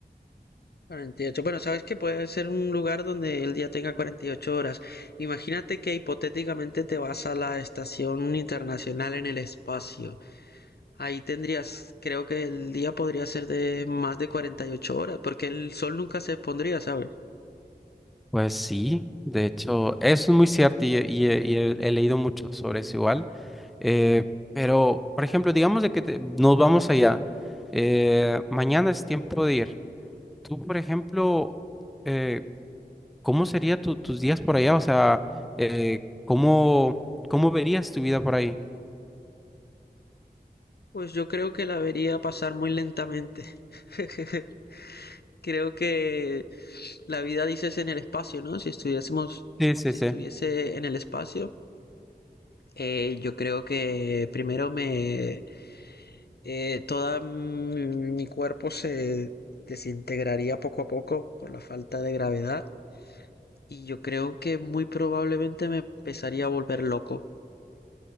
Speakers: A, on the left (about 70°); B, in the centre.
A: cuarenta y ocho Bueno, sabes que puede ser un lugar donde el día tenga 48 horas. Imagínate que hipotéticamente te vas a la Estación Internacional en el espacio. Ahí tendrías, creo que el día podría ser de más de 48 horas, porque el sol nunca se pondría, ¿sabes?
B: Pues sí, de hecho, eso es muy cierto y, y- y he, he leído mucho sobre eso igual. Eh, pero, por ejemplo, digamos de que te- nos vamos allá. eh, mañana es tiempo de ir. Tú, por ejemplo, eh, ¿cómo serían tus días por allá? O sea, eh, ¿cómo, cómo verías tu vida por ahí?
A: Pues yo creo que la vería pasar muy lentamente. <laughs> Creo que la vida, dices, en el espacio, ¿no? Si estuviésemos,
B: Sí, sí,
A: si
B: sí.
A: estuviese en el espacio, eh, yo creo que primero me Eh, toda mi, mi cuerpo se desintegraría poco a poco por la falta de gravedad y yo creo que muy probablemente me empezaría a volver loco